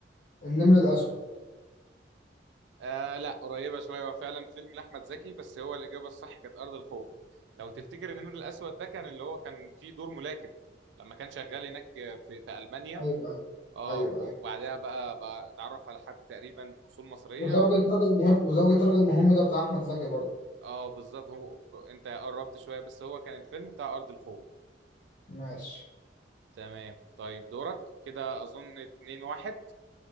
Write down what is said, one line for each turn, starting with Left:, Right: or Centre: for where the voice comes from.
Left: النمر الأسود
Right: آه لا قريبه شويه هو فعلا فيلم لاحمد زكي بس هو الاجابه الصح كانت ارض الخوف لو تفتكر النمر الاسود ده كان اللي هو كان فيه دور ملاكم لما كان شغال هناك في في المانيا
Left: أيوه أيوه
Right: اه
Left: أيوه
Right: وبعدها
Left: أيوه
Right: بقى, بقى اتعرف على حد تقريبا من اصول مصريه
Left: وزوجة راجل مهم وزوجة راجل مهم ده بتاع أحمد زكي برضه
Right: اه بالظبط هو ف... انت قربت شوية بس هو كان الفيلم بتاع أرض الخوف
Left: ماشي
Right: تمام طيب دورك كده أظن اتنين واحد